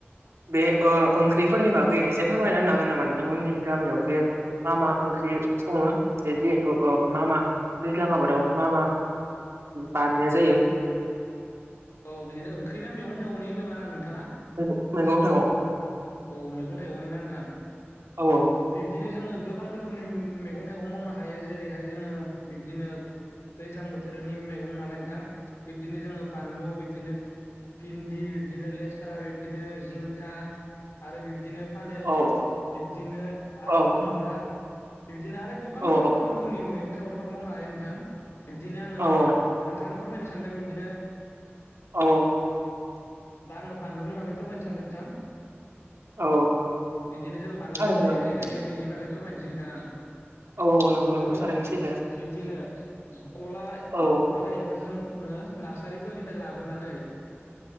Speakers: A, on the right; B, on the left.
A: बे ओ ओंख्रिफोरनि बागै एसे फोरमायना होनो हागोन नामा नोंथांमोननि गामियाव जे मा मा ओंख्रि सङो जिहेथु मा मा दैज्लां आबादाव मा मा बानायनाय जायो
B: औ बिदिनो ओंख्रि ना मैगं थाइगंनि होनदोंमोन आरो नोंथाङा
A: मैगं थाइगं
B: औ मैगं थाइगंनिना नोंथां
A: औ
B: बिब्दिनो जोङो गोबां रोखोमनि मैगं थाइगं मावनो हायो जेरैहाय जोङो बिब्दिनो दैज्लां बोथोरनि मैगं नालाय नोंथां बिब्दिनो जोङो बानलु बिब्दिनो भिन्दि बिब्दिनो लेस्रा बिब्दिनो जिंखा आरो बिब्दिनो पानिलाव
A: औ औ
B: बिब्दिनो आरो
A: औ
B: खुमब्रा बिबदिनो आरो गोबां
A: औ
B: गोबां रोखोमनि मैगं थाइगंफोर मावनो हायो नोंथां बिब्दिनो आङो
A: औ
B: दा नोंथांनो फोरमायनो सानदों बिब्दिनो
A: औ
B: दा आङो बानलुनि बागै फोरमायनो सानदों नोंथां
A: औ
B: बिदिनो जों बानलुखौ
A: थारैनो
B: बोरैहाय
A: औ
B: गायो बिनि बागै फोरमायनोसै नोंथां आं
A: औ औ नंगौ नंगौ
B: जोङो
A: थारैनो सैथो
B: बिबदिनो गला
A: औ
B: खलाइ एबा जों नार्सारिफोरनिफ्राय लाबोनानै